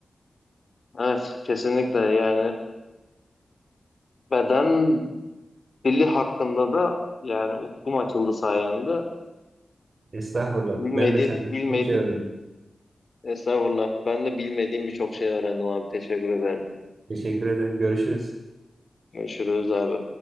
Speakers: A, on the left; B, on the right.
A: Evet, kesinlikle yani beden dili hakkında da yani ufkum açıldı sayende.
B: Estağfurullah.
A: Bilmedim,
B: Ben de senden
A: bilmedim.
B: çok şey öğrendim.
A: Estağfurullah. Ben de bilmediğim birçok şey öğrendim abi. Teşekkür ederim.
B: Teşekkür ederim. Görüşürüz.
A: Görüşürüz abi.